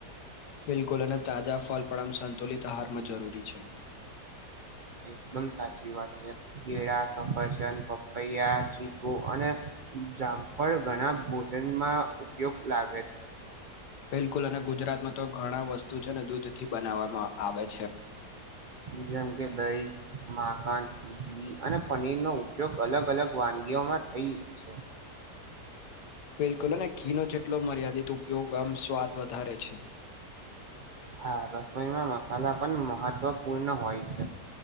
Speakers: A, on the left (about 85°); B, on the right (about 85°).
A: બિલકુલ અને તાજા ફલ પણ આમ સંતુલિત આહારમાં જરૂરી છે.
B: એકદમ સાચી વાત છે કેળા સફરજન પપૈયા ચીકુ અને જામ ફળ ઘણા ભોજનમાં ઉપયોગ લાગે છે
A: બિલકુલ અને ગુજરાતમાં તો ઘણા વસ્તુ છે ને દૂધ થી બનાવવામાં આવે છે
B: જેમ કે દહી માખન ઘી અને પનીર નો ઉપયોગ અલગ અલગ વાનગીઓમાં થઈ છે
A: બિલકુલ અને ઘી ન જેટલો મર્યાદિત ઉપયોગ આમ સ્વાદ વધારે છે
B: હા રસોઈમાં મસાલા પણ મહત્વપૂર્ણ હોય છે